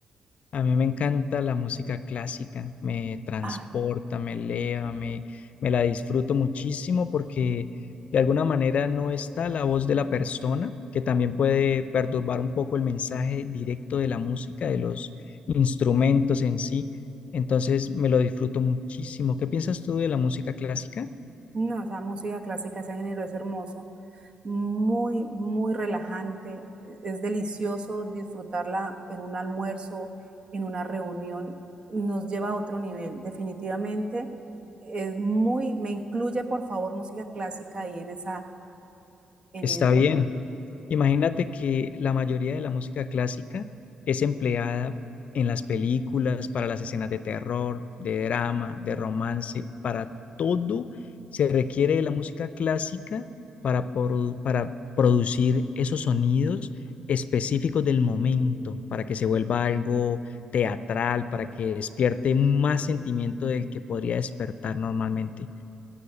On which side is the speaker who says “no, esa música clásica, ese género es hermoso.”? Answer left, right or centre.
Right